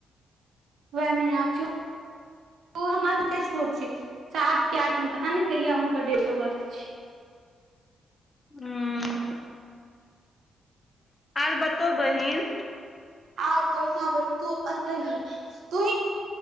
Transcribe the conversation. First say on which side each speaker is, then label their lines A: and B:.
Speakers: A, on the right; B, on the left.
A: वएह मीना चौ ओ हमरा सभके छोट छी सातके आठमे पता नहि कहिया हुनकर डेट ऑफ बर्थ छै
B: ह आर बतउ बहिन
A: आओर बढ़िआ बनि तू अपन कहि तू